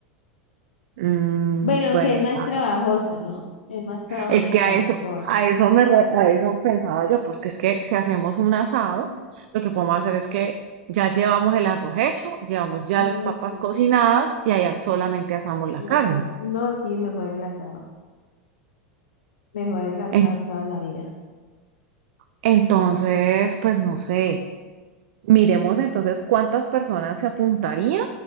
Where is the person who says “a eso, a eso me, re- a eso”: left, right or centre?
Right